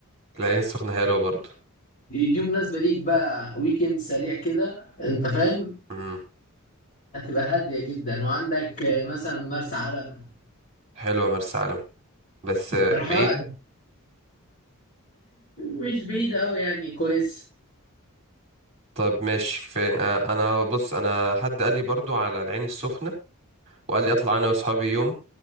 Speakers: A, on the right; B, on the left.
A: العين السخنة حلوة برضو
B: دي مناسبة ليك بقى ويكند سريع كده انت فاهم
A: امم
B: هتبقى هادية جدا وعندك آه، مثلا مرسى علم
A: حلوة مرسى علم بس
B: بصراحة
A: آه، بعيدة
B: آه، مش بعيدة أوي يعني كويس
A: طب ماشي فين آه، انا بص انا حد قال لي برضو على العين السخنة وقال لي اطلع انا واصحابي يوم